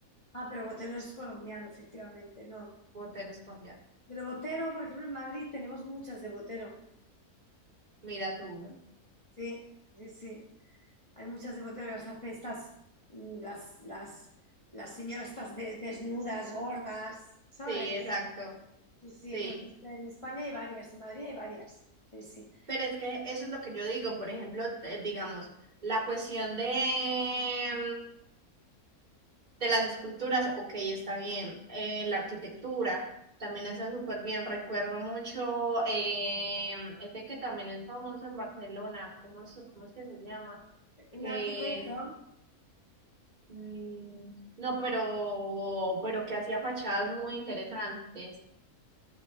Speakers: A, on the left; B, on the right.
A: Ah, pero Botero es colombiano, efectivamente, no.
B: Botero es colombiano.
A: Pero Botero, por ejemplo, en Madrid tenemos muchas de Botero.
B: Mira tú.
A: Sí, sí, sí. Hay muchas de Botero, las hace estas, mm, las, las, las señoras estas de- desnudas, gordas, ¿sabes?
B: Sí, exacto.
A: Sí, sí,
B: Sí.
A: pues este, en España hay varias, en Madrid hay varias. Sí, sí.
B: Pero es que eso es lo que yo digo. Por ejemplo, te- digamos, la cuestión de, de las esculturas, ok, está bien. Eh, la arquitectura también está súper bien. Recuerdo mucho eh, este que también es famoso en Barcelona, ¿cómo es, cómo es que se llama? Que
A: Un arquitecto,
B: mm, no, pero, pero que hacía fachadas muy interesantes.